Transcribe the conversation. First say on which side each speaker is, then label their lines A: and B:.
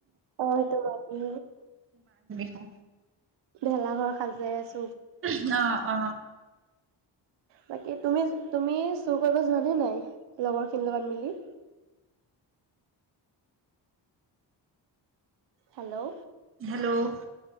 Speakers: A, on the right; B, on the right.
A: হয়টো, আজি
B: অ,
A: ভেলাঘৰ সাজি আছো।
B: উম, অ, অ
A: বাকী তুমি, তুমি চুৰ কৰিব যোৱা নে নাই? লগৰ খিনিৰ লগত মিলি। হেল্ল'
B: হেল্ল',